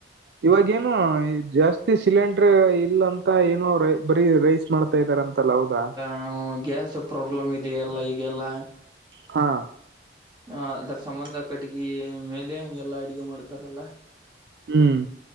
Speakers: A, on the right; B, on the right.
A: ಇವಾಗೇನು ಈ ಜಾಸ್ತಿ ಸಿಲೆಂಡ್ರ್ ಇಲ್ಲ ಅಂತ ಏನೋ ಅವ್ರ ಬರೀ ರೈಸ್. ಮಾಡ್ತಾ ಇದಾರ ಅಂತಲ್ಲ ಹೌದಾ.
B: ಹ್ಮ ಗ್ಯಾಸ್ ಪ್ರಾಬ್ಲಮ್ ಇದೆಯಲ್ಲ ಈಗೆಲ್ಲ.
A: ಹಾ.
B: ಹ ಅದ್ರ ಸಂಬಂಧ ಕಟ್ಟಿಗೆ ಮೇಲೆ ಎಲ್ಲಾ ಅಡ್ಗೆ ಮಾಡ್ತಾರಲ್ಲ.
A: ಹ್ಮ್.